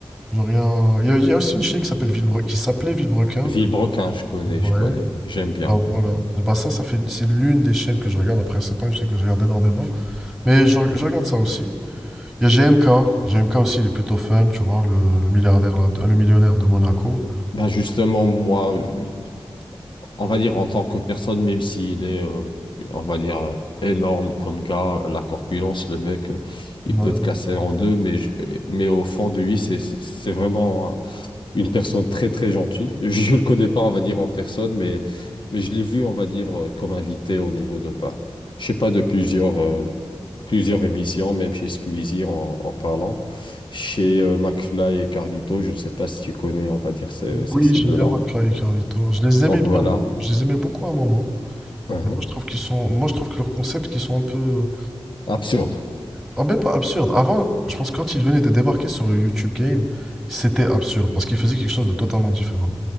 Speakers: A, in the centre; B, on the left (about 55°).
A: Genre, il y a, il y a- il y a aussi une chaîne qui s'appelle Villebrequin, qui s'appelait Villebrequin.
B: Villebrequin, je connais,
A: Ouais.
B: je connais, j'aime bien,
A: Bah, voilà.
B: oui.
A: Bah, ça, ça fait, c'est l'une des chaînes que je regarde. Après, c'est pas une chaîne que je regarde énormément. Mais je, je regarde ça aussi. Il y a G G M K G M K aussi, il est plutôt fun, tu vois, le, le milliardaire, là, le millionnaire de Monaco.
B: Ben justement, moi, je- on va dire en tant que personne, même s'il est, euh, on va dire, euh, énorme comme gars, la corpulence, le mec, euh, il
A: Ouais.
B: peut te casser en deux, mais, je- mais au fond de lui, c'est c'est- c'est vraiment. hein, une personne très très gentille. <laughs> Je le connais pas, on va dire, en personne, mais, mais je l'ai vu, on va dire, euh, comme invité au niveau de, bah, je sais pas, de plusieurs, euh, plusieurs émissions, même chez Squeezie en, en parlant. Chez euh, McFly et Carlito, je ne sais pas si tu connais, on va dire, ces, ces,
A: Oui,
B: ces
A: j'aime
B: deux-là.
A: bien McFly et Carlito. Je les aimais
B: Donc
A: bien.
B: voilà.
A: Je les aimais beaucoup à un moment.
B: Mhm.
A: Mais moi, je trouve qu'ils sont, moi, je trouve que leurs concepts qui sont un peu...
B: Absurde.
A: Ah, même pas absurde. Avant, je pense que quand ils venaient de débarquer sur le YouTube Game, c'était absurde parce qu'ils faisaient quelque chose de totalement différent.